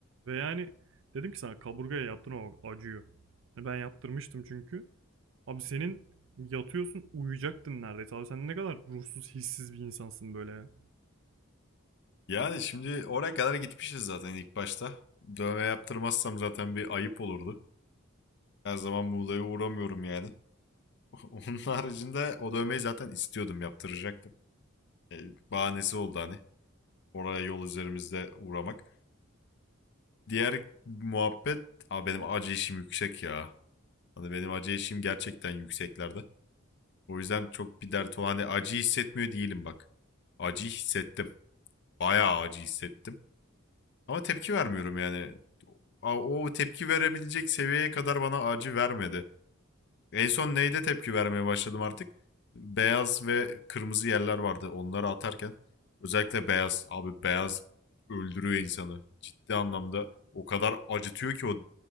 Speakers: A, on the right (about 65°); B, on the left (about 60°).
A: Ve yani dedim ki sana kaburgaya yaptırma bak, acıyor. Yani ben yaptırmıştım çünkü. Abi senin yatıyorsun uyuyacaktın neredeyse. Abi sen ne kadar ruhsuz hissiz bir insansın böyle ya.
B: Yani şimdi oraya kadar gitmişiz zaten ilk başta. Dövme yaptırmazsam zaten bir ayıp olurdu. Her zaman Muğla'ya uğramıyorum yani. <laughs> Onun haricinde o dövmeyi zaten istiyordum, yaptıracaktım. E, bahanesi oldu hani. Oraya yol üzerimizde uğramak. Diğer muhabbet, Aa, benim acı işim yüksek ya. Hani benim acı işim gerçekten yükseklerde. O yüzden çok bir dert olan hani acı hissetmiyor değilim bak. Acı hissettim. Bayağı acı hissettim. Ama tepki vermiyorum yani. A- O tepki verebilecek seviyeye kadar bana acı vermedi. En son neyde tepki vermeye başladım artık? Beyaz ve kırmızı yerler vardı onları atarken. Özellikle beyaz. Abi beyaz öldürüyor insanı. Ciddi anlamda o kadar acıtıyor ki o